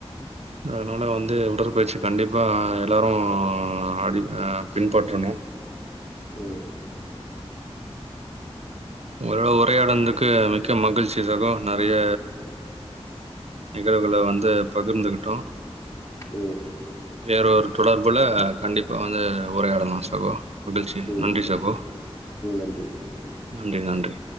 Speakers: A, on the right; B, on the left.
A: அதனால வந்து உடற்பயிற்சி கண்டிப்பா எல்லாரு ஆடி அ பின்பற்றணு
B: ம்
A: உங்களோட உரையாடுனதுக்கு மிக்க மகிழ்ச்சி சகோ நெறய நிகழ்வுகள வந்து பகிர்ந்துகிட்டோ
B: ம்.
A: வேற ஒரு தொடர்புல கண்டிப்பா வந்து உரையாடலா சகோ மகிழ்ச்சி
B: ம்.
A: நன்றி சகோ
B: ம். நன்றி.
A: நன்றி நன்றி